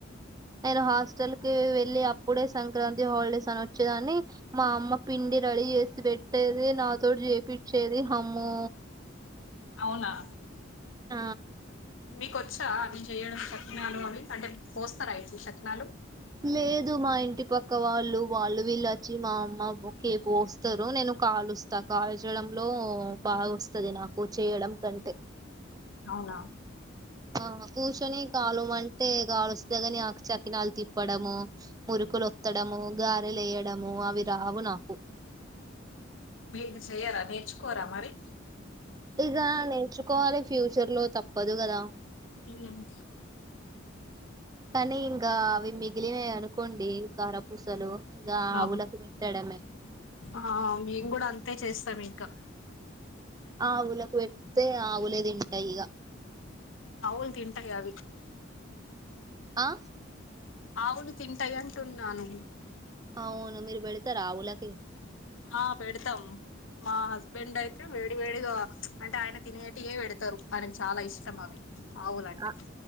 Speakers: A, on the right; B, on the left.
A: నేను హాస్టల్ కి వెళ్ళి అప్పుడే సంక్రాంతి హాలిడేస్ అని వచ్చేదాన్ని, మా అమ్మ పిండి రెడీ జేసి పెట్టేది నా తోటి జేపిచ్చేది అం మ్మో
B: అవునా
A: ఆ
B: మీకు వచ్చా అవి చెయ్యడం సకినాలు అవి అంటే పోస్తరా ఎట్ల సకినాలు
A: లేదు మా ఇంటి పక్క వాళ్ళు వాళ్ళు వీళ్ళు అచ్చి మా అమ్మ బొకేేపు పోస్తరు నేను కాలుస్తా. కాల్చడంలో బాగా వస్తది, నాకు చేయడం కంటే
B: అవునా
A: ఆ కూసొని కాలువు మంటే గాలుస్త గాని ఆ సకినాలు తిప్పడము, మురుకులొత్తడము, గారెలేయడము, అవి రావు నాకు.
B: మీరు సేయ్యరా నేర్చుకోరా మరి?
A: ఇగ నేర్చుకోవాలి ఫ్యూచర్ లో తప్పదు గదా.
B: <unintelligible>
A: కనీ ఇంగా అవి మిగిలినయి అనుకోండి కారపూసలు ఇక
B: ఆ
A: ఆవులకు పెట్టడమే
B: ఆ మేము గూడా అంతే చేస్తమి క
A: ఆవులకు పెడ్తే ఆవులే తింటాయి ఇగ
B: ఆవుల్ తింటాయి అవి
A: అ
B: అవును తింటాయి అంటుంన్నాను.
A: అవును మీరు పెడుతర ఆవుల ది
B: ఆ పెడతాం మా హస్బెండ్ అయితే వేడి వేడిగా ప్చ్ అంటే ఆయన తినేటియే పెడుతరు ఆయనకి చాలా ఇష్టం అవి. ఆవులంటే
A: అ